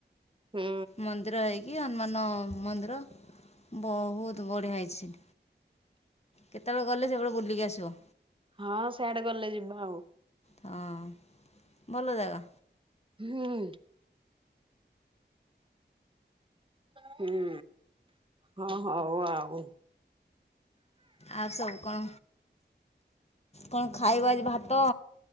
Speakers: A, on the right; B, on the left.
A: ହୁଁ
B: ମନ୍ଦିର ହେଇକି ହନୁମାନ ମନ୍ଦିର ବହୁତ ବଢିଆ ହେଇଛି। କେତେବେଳେ ଗଲେ ସେପଟେ ବୁଲିକି ଆସିବ।
A: ହଁ ସେଆଡେ ଗଲେ ଯିବା ଆଉ।
B: ହଁ। ଭଲ ଜାଗା
A: ହୁଁ। ହୁଁ ହଁ ହଉ ଆଉ
B: ଆଉ ସବୁ କଣ, କଣ ଖାଇବ ଆଜି ଭାତ?